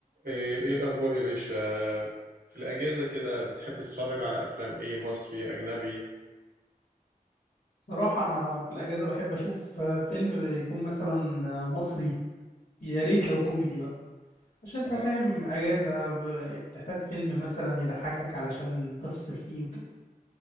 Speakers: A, on the right; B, on the left.
A: ايه إيه الاخبار يا باشا في الاجازه كده بتحب تتفرج على افلام ايه مصري اجنبي
B: صراحة أنا في الأجازة بحب أشوف آه، فيلم يكون مثلا آه، مصري يا ريت لو كوميدي بقى عشان أنت
A: آه،
B: فاهم أجازة ب- بتحتاج فيلم مثلا يضحكك علشان تفصل فيه وكده